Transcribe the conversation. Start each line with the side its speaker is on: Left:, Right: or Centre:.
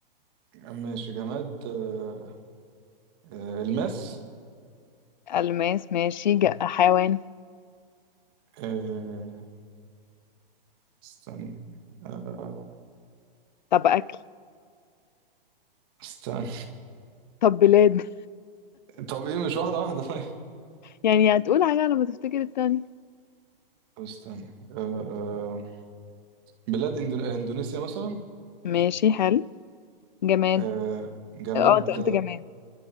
Right: ماشي جماد آه آه الماس
Left: ألماس ماشي ج- حيوان
Right: آه استني آه
Left: طب أكل
Right: استني
Left: طب بلاد <laughs>
Right: طب ايه مش واحده واحده طيب
Left: يعني هتقول حاجة على ما تفتكر التاني
Right: طب استني آه آه بلاد إندو... اندونيسيا مثلا
Left: ماشي حلو جماد
Right: آه جماد
Left: اه انت قلت جماد